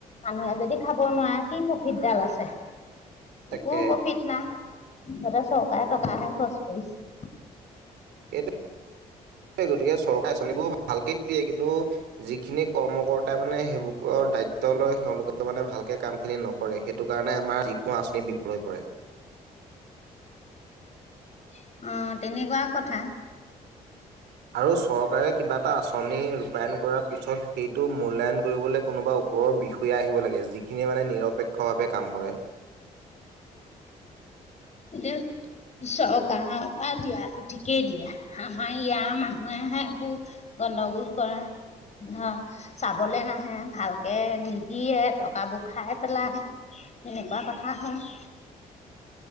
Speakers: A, on the left; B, on the right.
A: মানুহে যদি খাব নোৱাৰে কি প্ৰফিট ডাল আছে?
B: তাকে
A: একো প্ৰফিট সিহতে চৰকাৰে টকাহে খৰচ কৰিছে।
B: এইটো <inaudible> গতিকে চৰকাৰী আঁচনিবোৰ ভাল। ভালকে দিয়ে কিন্তু যিখিনি কৰ্মকৰ্তা মানে সেইবোৰত। তেওঁল তেওঁলোকে মানে ভাল। কামখিনি নকৰে সেইটো কাৰণে আমাৰ যিকোনো আঁচনি বিপ্ৰ হৈ পৰে
A: <inaudible> অ তেনেকুৱা কথা।
B: আৰু চৰকাৰে কিবা এটা আঁচনি ৰূপায়ণ কৰাৰ পিছত, সেইটো মূল্যায়ন। কৰিবলৈ কোনোবা ওপৰৰ বিষয়া আহিব লাগে। যিখিনিয়ে মানে নিৰপেক্ষভাৱে কাম কৰে।
A: <unintelligible> এতিয়া চৰকাৰৰ পৰা দিয়াটো ঠিকেই দিয়ে, আমাৰ ইয়াৰ মানুহে হে একো গণ্ডগোল কৰা ন চাবলে নাহে, ভালকে নিদিয়ে, টকাবোৰ খাই পেলাই। তেনেকুৱা কথা হয়।